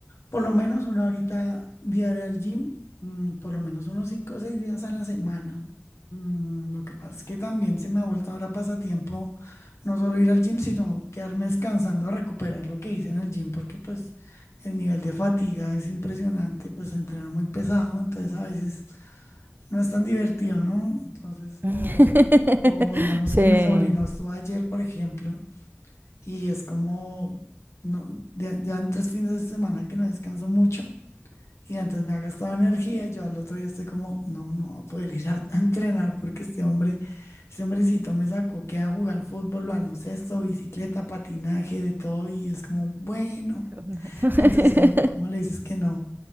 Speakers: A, on the left; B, on the right.
A: Por lo menos una horita diaria al gym, mm, por lo menos unos cinco o seis días a la semana. Mm, lo que pasa es que también se me ha vuelto ahora pasatiempo no solo ir al gym, sino quedarme descansando a recuperar lo que hice en el gym, porque pues el nivel de fatiga es impresionante, pues entreno muy pesado, entonces a veces no es tan divertido, ¿no? Entonces,
B: <laughs>
A: o, o o digamos
B: Sí.
A: que mi sobrino estuvo ayer, por ejemplo, y es como... No, ya, ya en tres fines de semana que no descanso mucho y entonces me ha gastado energía y yo al otro día estoy como, no, no voy a poder ir a, a entrenar porque este hombre, este hombrecito me sacó que a jugar fútbol, baloncesto, bicicleta, patinaje, de todo y es como, bueno,
B: <laughs>
A: <laughs> entonces como, ¿cómo le dices que no?